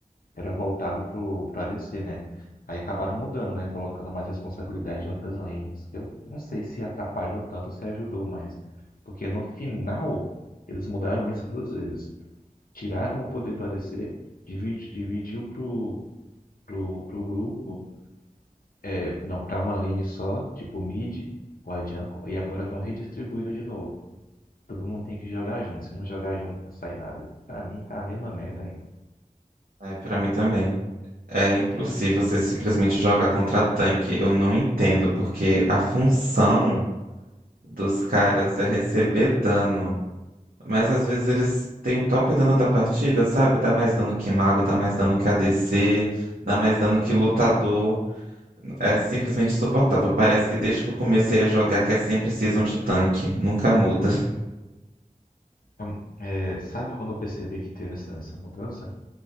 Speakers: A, on the left; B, on the right.
A: era voltado pro, pro ADC, né? Aí acabaram mudando, né? Colocando mais responsabilidade em outras linhas. Eu não sei se atrapalhou tanto ou se ajudou mais. Porque no final, eles mudaram isso duas vezes. Tiraram o poder do ADC, dividi- dividiu pro, pro, pro grupo, é, não, pra uma lane só, tipo o mid, o A jungle, e agora estão redistribuindo de novo. Todo mundo tem que jogar junto, se não jogar junto não sai nada. Pra mim tá a mesma merda ainda.
B: É, para mim também. É impossível você simplesmente jogar contra tanque. Eu não entendo, porque a função dos caras é receber dano. Mas às vezes eles têm o top dano da partida, sabe? Dá mais dano que mago, dá mais dano que ADC, dá mais dano que lutador. É simplesmente insuportável. Parece que desde que eu comecei a jogar que é sempre season de tanque, nunca muda. <laughs>
A: Então, é, sabe quando eu percebi que teve essa, essa mudança?